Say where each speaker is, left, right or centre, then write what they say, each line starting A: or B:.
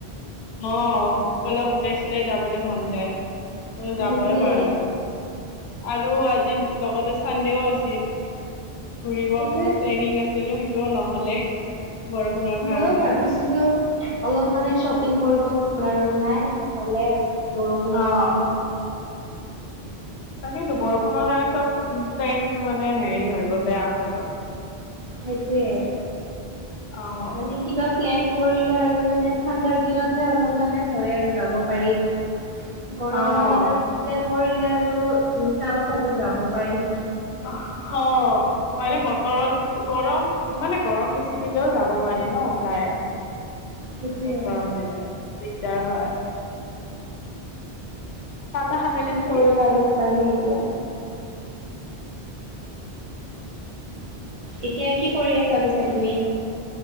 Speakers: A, on the left; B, on the right.
A: অ', অলপ ওলাই চোলাই যাবলে মন যায়। ত
B: সেইটোৱে
A: যাবই পাৰা নাই। আৰু আজি লগতে চানডেও আছিল। ফুৰিব
B: সেইটোৱে
A: অকমান প্লেনিং আছিল, সেইটো নহলে। বৰষুণৰ কাৰণে
B: ময়ো ভাবিছিলো, অলপ মানে শ্বপিং কৰিব আৰু নাই নহলে আৰু। বৰষুণৰ
A: অহ
B: কাৰণে।
A: তাকেইতো, বৰষুণৰ কাৰণে চব প্লেন মানে হেৰি হৈ গ'ল, বেয়া হৈ গ'ল।
B: সেইটোয়ে।
A: অহ
B: মানে কিবা প্লেন কৰিলে আৰু মানে ঠাণ্ডাৰ দিনতহে অলপ মানে হয় আৰু যাব পাৰি। গৰমৰ
A: অহ
B: দিনত প্লেন কৰিলে আৰু মিছা কথাটো যাব পাৰিম।
A: অহহ। মানে বতৰৰ কি গৰম, মানে গৰম বেছি দিলেও যাব নোৱাৰি ন ওলাই।
B: সেইটোয়ে
A: বহুত গৰম দিলে দিগদাৰ হয়। <inaudible>
B: কি
A: নে তুমি?
B: কৰিবা আৰু উপায় নাই এতিয়া। এতিয়া কি কৰি আছা পিছে তুমি?